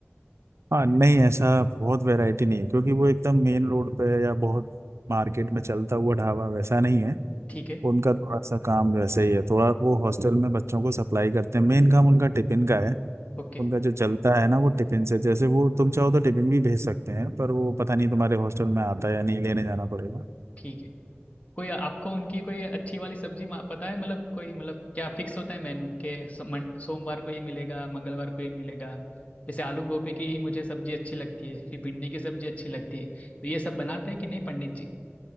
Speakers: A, on the right; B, on the left.
A: हाँ नहीं ऐसा बहुत वैरायटी नहीं है क्योंकि वो एकदम मेन रोड पे है या बहुत मार्केट में चलता हुआ ढाबा वैसा नहीं है
B: ठीक है
A: उनका थोड़ा सा काम वैसे ही है थोड़ा वो हॉस्टल में बच्चों को सप्लाई करते हैं मेन काम उनका टिफिन का है
B: ओके
A: उनका जो चलता है ना वो टिफिन से जैसे वो तुम चाहो तो टिफिन भी भेज सकते हैं पर वो पता नहीं तुम्हारे हॉस्टल में आता है या नहीं लेने जाना पड़ेगा
B: ठीक है कोई आपको उनकी कोई अच्छी वाली सब्जी मा- पता है मतलब कोई मतलब क्या फिक्स होता है मेनू के सो, मन- सोमवार को ये मिलेगा मंगलवार को ये मिलेगा जैसे आलू गोभी की मुझे सब्जी अच्छी लगती है फिर भिंडी की सब्जी अच्छी लगती है तो ये सब बनाते हैं कि नहीं पंडित जी